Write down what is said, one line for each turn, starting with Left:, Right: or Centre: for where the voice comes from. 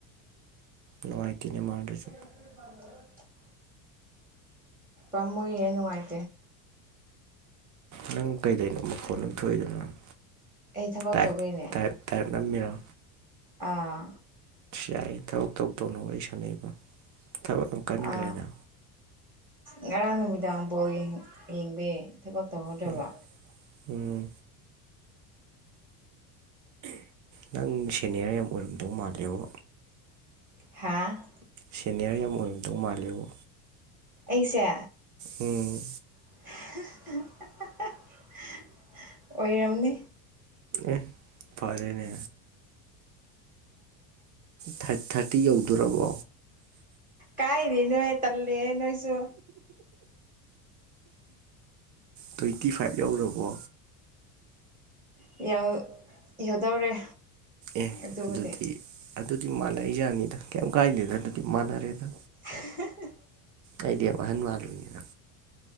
Right: ꯅꯨꯡꯉꯥꯏꯇꯦ ꯅꯦꯃꯔꯗꯁꯨ
Centre: <unintelligible> ꯀꯃꯣꯏ ꯌꯦꯅꯨꯡꯉꯥꯏ
Right: ꯅꯪ ꯀꯩꯗꯅꯣ ꯃꯈꯣꯟ ꯑꯃ ꯊꯣꯛꯏꯗꯅꯪ
Centre: ꯑꯩ ꯊꯕꯛ
Right: ꯇꯥꯏꯞ
Centre: ꯇꯧꯕꯩꯅꯦ
Right: ꯇꯥꯏꯞ ꯇꯥꯞ ꯅꯨꯝꯃꯤꯔꯣ
Centre: ꯑꯥ
Right: ꯌꯥꯏ ꯊꯕꯛ ꯇꯧ ꯇꯧꯅ ꯋꯥꯔꯤ ꯁꯥꯟꯅꯩꯕ ꯊꯕꯛ ꯀꯟꯈ꯭ꯔꯦꯗ
Centre: ꯑ ꯉꯔꯥꯡ ꯅꯨꯃꯤꯗꯥꯡ ꯕꯣꯜ ꯌꯦꯡ ꯌꯦꯡꯕꯩ ꯊꯕꯛ ꯇꯧꯍꯧꯗ꯭ꯔꯕ
Right: ꯎꯝ ꯎꯝ ꯅꯪ ꯁꯦꯅꯤꯌꯔ ꯌꯥꯝ ꯑꯣꯏꯔꯝꯗꯧ ꯃꯥꯜꯂꯦꯕꯣ
Centre: ꯍꯥꯥ
Right: ꯁꯦꯅꯤꯌꯔ ꯌꯥꯝ ꯑꯣꯏꯔꯝꯗꯧ ꯃꯥꯜꯂꯦꯕꯨ
Centre: ꯑꯩꯁꯦ
Right: ꯎꯝ
Centre: <unintelligible> ꯑꯣꯏꯔꯝꯅꯤ
Right: ꯑꯦ ꯐꯔꯦꯅꯦ ꯊꯥꯔ ꯊꯥꯔꯇꯤ ꯌꯧꯗꯔꯕꯣ
Centre: ꯀꯥꯏꯗꯩꯩ ꯅꯣꯏ ꯇꯜꯂꯦ ꯅꯣꯏꯁꯨ
Right: ꯇ꯭ꯋꯦꯟꯇꯤ ꯐꯥꯏꯚ ꯌꯧꯔꯕꯣ
Centre: ꯌꯧ ꯌꯧꯗꯧꯔꯦ
Right: ꯑꯦ
Centre: ꯑꯗꯨꯕꯨꯗꯤ
Right: ꯑꯗꯨꯗꯤ ꯑꯗꯨꯗꯤ ꯃꯥꯟꯅꯏꯖꯅꯤꯗ ꯀꯩ ꯀꯥꯏꯗꯦꯗ ꯑꯗꯨꯗꯤ ꯃꯥꯟꯅꯔꯦꯗ
Centre: <unintelligible>
Right: ꯑꯩꯗꯤ ꯌꯥꯝ ꯑꯍꯟ ꯃꯥꯜꯂꯨꯏꯅꯦ